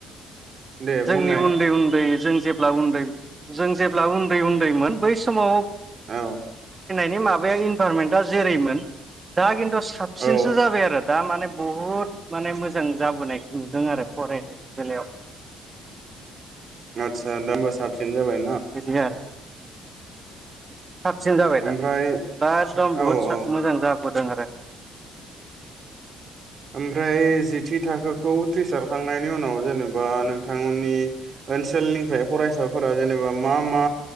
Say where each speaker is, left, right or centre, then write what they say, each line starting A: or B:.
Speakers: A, on the right (about 45°); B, on the right (about 25°).
A: दे
B: जोंनि
A: बुंनाय
B: उन्दै उन्दै जों जेब्ला उन्दै जों जेब्ला उन्दै उन्दैमोन बै समाव
A: औ
B: बे माबाया इनभारमेन्टआ जेरैमोन दा खिन दा साबसिनसो
A: औ
B: जाबाय आरो दा माने बुहुद माने मोजां जाबोनायखौ नुदों आरो फरायनि बेलायाव
A: आदसा दा होमबा साबसिन जाबाय
B: बिदि आरो साबसिन जाबाय दा
A: ओमफ्राय
B: दा एगदम बुहुद
A: औ औ
B: मोजां जाबाय होदों आरो
A: ओमफ्राय जिथि थाखोखौ उथ्रिसारखांनायनि उनाव जेनेबा नोंथांमोननि ओनसोलनिफ्राय फरायसाफोरा जेनेबा मा मा